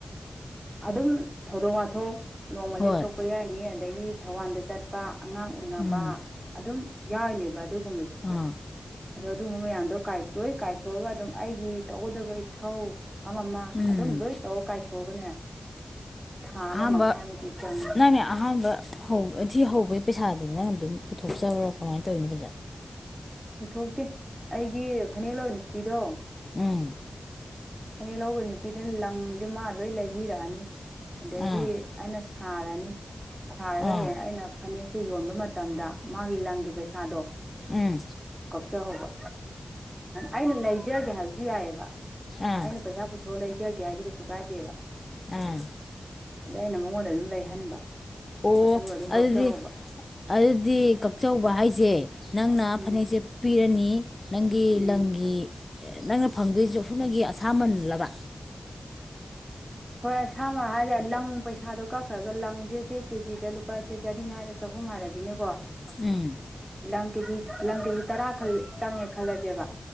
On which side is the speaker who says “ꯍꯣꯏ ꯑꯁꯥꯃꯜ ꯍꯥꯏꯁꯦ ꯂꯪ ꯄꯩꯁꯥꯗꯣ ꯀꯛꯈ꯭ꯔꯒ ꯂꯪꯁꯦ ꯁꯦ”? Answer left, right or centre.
Right